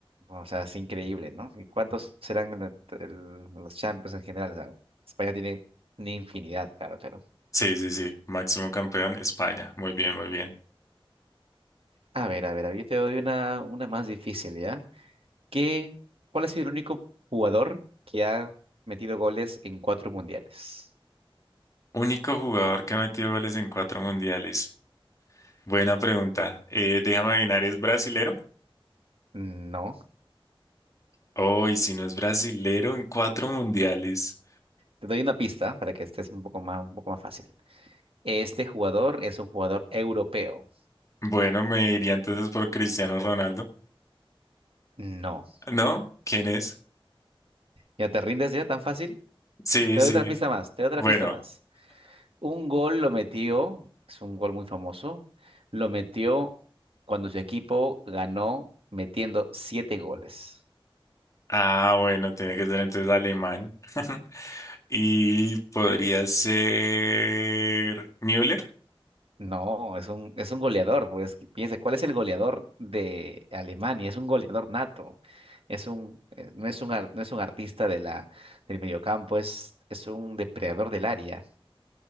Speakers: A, on the right (about 75°); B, on the left (about 35°).
A: O sea, es increíble, ¿no? ¿Y cuántos serán la- el- los Champions en general? O sea, España tiene una infinidad, claro, claro.
B: Sí, sí, sí, máximo campeón España. Muy bien, muy bien.
A: A ver, a ver, a ver, yo te doy una, una más difícil, ¿ya? ¿Qué, cuál ha sido el único jugador que ha metido goles en cuatro mundiales?
B: Único jugador que ha metido goles en cuatro mundiales. Buena pregunta. Eh, déjame adivinar, ¿es brasilero?
A: No.
B: Oh, y si no es brasilero en cuatro mundiales.
A: Te doy una pista para que estés un poco más, un poco más fácil. Este jugador es un jugador europeo.
B: Bueno, me iría entonces por Cristiano Ronaldo.
A: No.
B: ¿No? ¿Quién es?
A: ¿Ya te rindes ya tan fácil?
B: Sí,
A: Te doy
B: sí.
A: otra pista más, te doy otra
B: Bueno,
A: pista más. Un gol lo metió, es un gol muy famoso, lo metió cuando su equipo ganó metiendo siete goles.
B: ah, bueno, tiene que ser entonces alemán. <laughs> Y podría ser Müller.
A: No, es un, es un goleador, pues que piensa, ¿cuál es el goleador de Alemania? Es un goleador nato, es un, eh, no es un, ar- no es un artista de la, del mediocampo, es, es un depredador del área.